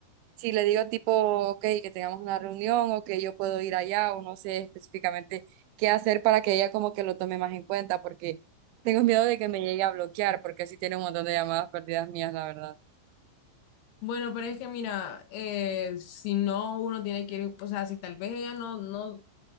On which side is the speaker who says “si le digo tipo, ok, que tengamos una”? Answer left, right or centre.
Right